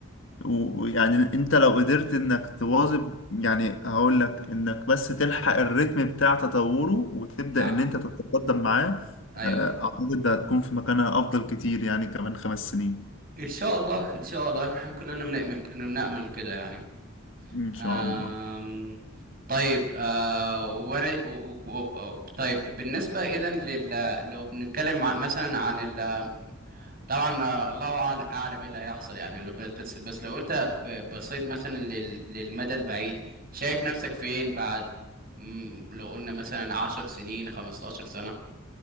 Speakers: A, on the left; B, on the right.
A: و- ويعني انت لو قدرت انك تواظب يعني هقول لك انك بس تلحق الريتم بتاع تطوره وتبدأ
B: نعم
A: ان انت تتقدم معاه
B: ايوه
A: آه، اعتقد ده هتكون في مكانها افضل كتير يعني كمان خمس سنين
B: ان شاء الله ان شاء الله احنا كلنا بنأمل بنأمل كده يعني
A: ان شاء
B: آم،
A: الله
B: طيب آه وانا و- و- و- طيب بالنسبة اذا لل لو بنتكلم ع- مثلا عن ال... طبعا آه، الله أعل- اعلم ايه اللي هيحصل يعني لو بس, بس بس لو انت ب- بصيت مثلا لل... للمدى البعيد شايف نفسك فين بعد مم، لو قلنا مثلا عشر سنين خمستاشر سنة